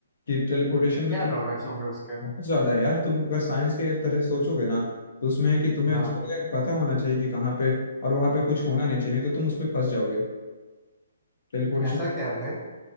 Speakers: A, on the left; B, in the centre.
A: कि टेलीपोर्टेशन में
B: क्या
A: तुम
B: ड्रॉबैक्स होंगे उसके
A: बहुत ज्यादा है यार तुम अगर साइंस के तरह सोचोगे ना तो उसमें है कि तुम्हें
B: हाँ
A: जगह पता होना चाहिए कि कहाँ पे और वहां पे कुछ होना नहीं चाहिए नहीं तो तुम उसमें फंस जाओगे टेलीपोर्टेशन
B: ऐसा क्या है भाई